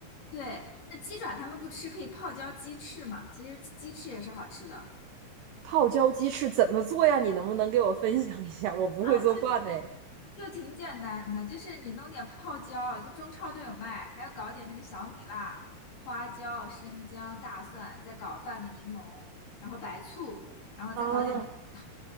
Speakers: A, on the left; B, on the right.
A: 对，那鸡爪他们不吃，可以泡椒鸡翅嘛？其实鸡翅也是好吃的。
B: 泡椒鸡翅怎么做呀？你能不能给我分享一下？我不会做饭呢。
A: 啊，就就挺简单的，就是你弄点泡椒，就中超都有卖，还要搞点那个小米辣、花椒、生姜、大蒜，再搞半个柠檬，然后白醋，然后再搞点糖，
B: 啊
A: 差